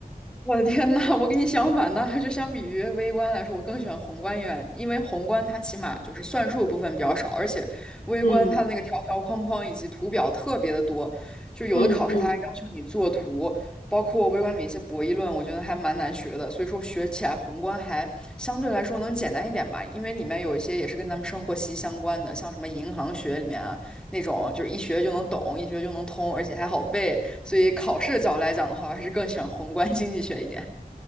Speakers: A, in the centre; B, on the left.
A: 我的天呐，我跟你相反呢，就相比于微观来说，我更喜欢宏观一点，因为宏观它起码就是算术部分比较少，而且微观它的那个条条框框以及图表特别的多，
B: 嗯
A: 就有的考试它还要求你作图，
B: 嗯嗯，
A: 包括微观里面一些博弈论，我觉得还蛮难学的，所以说学起来宏观还相对来说能简单一点吧，因为里面有一些也是跟咱们生活息息相关的，像什么银行学里面啊，那种，就是一学就能懂，一学就能通，而且还好背。所以考试的角度来讲的话，我还是更喜欢宏观经济学一点。